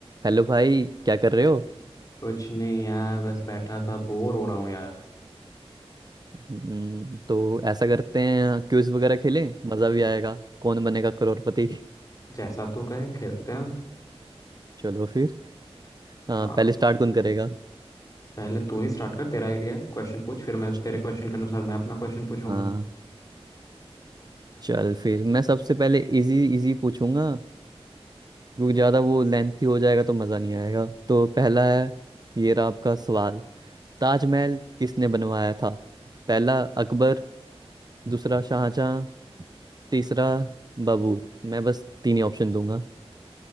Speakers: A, on the right; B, on the left.
A: Hello भाई क्या कर रहे हो
B: कुछ नहीं यार बस बैठा था बोर हो रहा हूँ यार
A: हम्म, तो ऐसा करते हैं क्विज वगैरह खेलें मज़ा भी आएगा कौन बनेगा करोड़पति
B: जैसा तू कहे खेलते हैं
A: <laughs> चलो फिर हाँ,
B: हाँ
A: पहले स्टार्ट कौन करेगा
B: पहले तू ही स्टार्ट कर तेरा आइडिया है क्वेश्चन पूछ फिर मैं तेरे
A: चल
B: क्वेश्चन के अनुसार मैं अपना क्वेश्चन पूछूंगा
A: हाँ चल फिर मैं सबसे पहले इजी इजी पूछूंगा क्योंकि ज़्यादा वो लेंथी हो जाएगा तो मज़ा नहीं आएगा तो पहला है ये रहा आपका सवाल ताजमहल किसने बनवाया था पहला अकबर दूसरा शाहजहां तीसरा बाबर मैं बस तीन ही ऑप्शन दूंगा